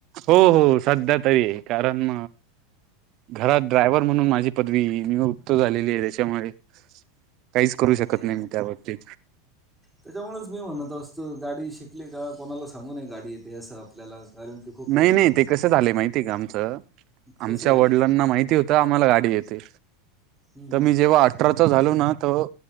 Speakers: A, on the right; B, in the centre.
A: हो हो सध्या तरी आहे कारण घरात ड्रायव्हर म्हणून माझी पदवी मी गृपत झालेली आहे त्याच्यामुळे काहीच करू
B: ओके
A: शकत नाही मी त्यावरती
B: त्याच्यामुळेच मी म्हणत असतो गाडी शिकली का कोणाला सांगूूनये गाडी येते असं आपल्याला कारण की खूप
A: नाही
B: वैताग
A: नाही
B: होऊन
A: ते
B: जातो
A: कस झाले माहितीय का आमचं आमच्या
B: कसं झाले
A: वडिलांना माहिती होत आम्हाला गाडी देते
B: हम्म, हम्म.
A: तर मी जेव्हा अठराचा झालो ना तर